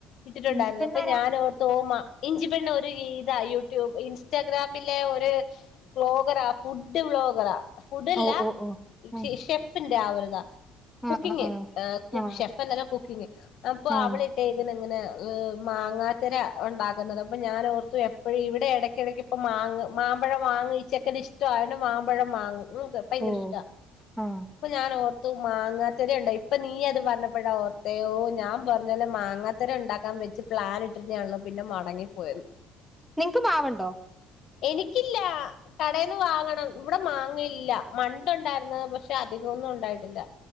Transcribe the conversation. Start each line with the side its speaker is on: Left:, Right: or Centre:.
Left: ഇട്ടിട്ടുണ്ടായിര്ന്നു
Centre: ഇഞ്ചിപ്പെണ്ണാരാ
Left: അപ്പൊ ഞാൻ ഓർത്ത ഓ മ ഇഞ്ചി പെണ്ണ് ഒരു രീ താ യൂട്യൂബ് ഇൻസ്റ്റാഗ്രാമിലെ ഒര് വ്ലോഗറാ ഫുഡ് വ്ളോഗറാ ഫുഡല്ല
Centre: ഓ ഓ ഓ ആ
Left: ഷി ഷെഫ് ആവരുത
Centre: ആ
Left: കുക്കിങ്ങ്
Centre: ആ ആ
Left: എ കു
Centre: ആ,
Left: ഷെഫ് അല്ലല്ലോ കുക്കിങ്ങ് പ്പൊ
Centre: ആ
Left: അവളിട്ടേക്ക്ന്ന്ങ്ങനെ ഏ മാങ്ങാത്തര ഉണ്ടാക്കുന്നത് അപ്പം ഞാനോർത്തു എപ്പെഴും ഇവിടെ എടയ്ക്കെടയ്ക്ക് ഇപ്പോ മാങ്ങ മാമ്പഴം വാങ്ങും ഈ ചെക്കന് ഇഷ്ടയൊണ്ട് മാമ്പഴം വാങ്ങും ക്ക് ഭയങ്കര
Centre: ഓ
Left: ഇഷ്ട
Centre: ആ
Left: അപ്പൊ ഞാനോർ ഓ മാങ്ങാത്തരണ്ടോ ഇപ്പൊ നീ അത് പറഞ്ഞപ്പഴ ഓർത്തെ ഓ ഞാൻ പ അതന്നെ മാങ്ങത്തരണ്ടാക്കാൻ വെച്ച് പ്ലാനിട്ടിരുന്നേ ഒള്ളൂ പിന്നെ മടങ്ങി പോയെന്ന്
Centre: നിങ്ങ്ക്ക് മാവ്ണ്ടോ
Left: എനിക്കില്ലാ കടേന്നു വാങ്ങണം ഇവിടെ മാ ങ്ങ് ഇല്ല മണ്ട്ണ്ടായിരുന്ന് പക്ഷെ അധികൊന്നും ഉണ്ടായിട്ടില്ല